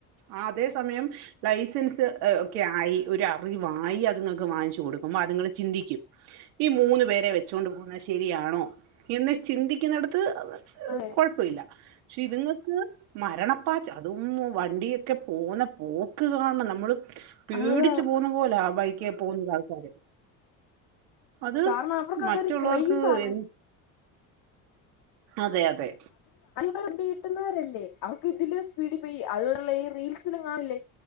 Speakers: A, on the right (about 85°); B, on the left (about 65°).
A: ആ അതേ സമയം ലൈസൻസ് സ് ഒക്കെ ആയി ഒരു അറിവായി അതുങ്ങക്ക് വാങ്ങിച്ചു കൊടുക്കുമ്പോ അതുങ്ങള് ചിന്തിക്കും ഈ മൂന്നു പേരെ വെച്ചോണ്ട് പോകുന്ന ശെരിയാണോ എന്ന് ചിന്തിക്കുന്നിട ത്ത്
B: അതെ
A: കൊഴപ്പൊല്ല പക്ഷെ ഇതുങ്ങൾക്ക് മരണപ്പാച്ച് അതും വണ്ടിയൊക്കെ പോണ പോക്ക് കാണണം നമ്മള് പേടിച്ചു
B: അതാ
A: പോന്ന പോലെ ബൈ ക്കെ പോകുന്നത് ആൾക്കാര് അത്
B: കാരണം അവർക്ക്
A: മറ്റുള്ളവർക്ക്
B: അതൊരു ക്രൈസ് ആണ്
A: എ അതെ യതെ
B: വണ്ടികിട്ടുന്നവരല്ലേ അവർക്കിതിലും സ് പീഡീ പോയ് അതുപോലുള്ള ഈ റീൽസ് ലും കാണില്ലേ